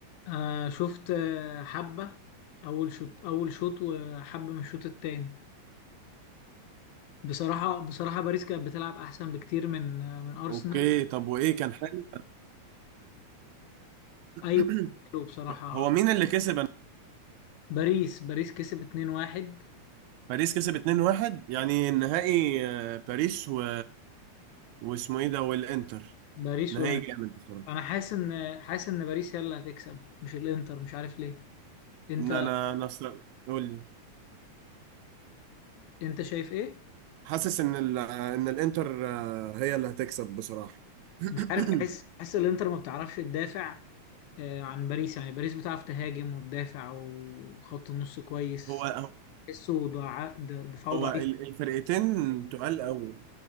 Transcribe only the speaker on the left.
آه شفت آه، حبة اول شوط اول شوط وحبة من الشوط التاني بصراحة بصراحة باريس كانت بتلعب احسن بكتير من آه، من ارسنال
ايوه حلو بصراحة
باريس باريس كسب 2-1
باريس
وانتر
انا حاسس ان حاسس ان باريس هي اللي هتكسب مش الانتر مش عارف ليه انت
انت شايف ايه
مش عارف بحس بحس الانتر ما بتعرفش تدافع آه، عن باريس يعني باريس بتعرف تهاجم وتدافع وخط النص كويس
تحسه ضع... د- دفاعه
ضعيف